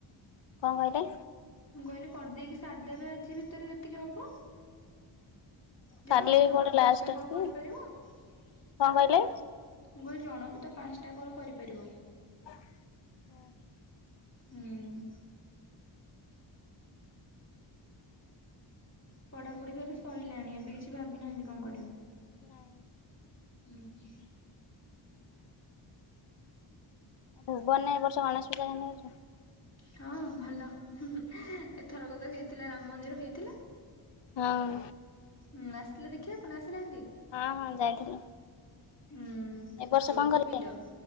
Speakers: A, on the left; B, on the left.
A: କଣ କହିଲେ?
B: ମୁଁ କହିଲି କରିଦେଇକି ସାରିଦେବେ ଆଜି ଭିତରେ ଯେତିକି ହବ। ଜଣଙ୍କୁ
A: କାଲି
B: ତ
A: ଗୋଟେ
B: ପା ପାଞ୍ଚଟା
A: ଲାଷ୍ଟ ଅଛି।
B: କଲ କରିପାରିବ। ମୁଁ
A: କଣ କହିଲେ?
B: କହିଲି ଜଣଙ୍କୁ ତ ପାଞ୍ଚଟା କଲ୍ କରିପାରିବ।
A: ଉଁ ହୁଁ।
B: ହୁଁ। ପଢ଼ାପଢ଼ି ତାହେଲେ ସଇଲାଣି ଏବେ କିଛି ଭାବି ନାହାନ୍ତି କଣ କରିବେ?
A: ନାଇଁ।
B: ଉଁ ହୁଁ।
A: ଭୁବନେ ଏ ବର୍ଷ ଗଣେଶ ପୂଜା କେମିତି ଅଛୁ।
B: ହଁ ଭଲ ହୁଁ ହୁଁ ଏଥରକ ତ ହେଇଥିଲା ରାମ ମନ୍ଦିର ହେଇଥିଲା।
A: ହଁ।
B: ହୁଁ ଆସିଥିଲେ ଦେଖିବାକୁ ନା ଆସିନାହାଁନ୍ତି?
A: ହଁ ହଁ ଯାଇଥିଲୁ।
B: ହୁଁ
A: ଏ ବର୍ଷ
B: ବହୁତ
A: କଣ କଲେ?
B: ଭିଡ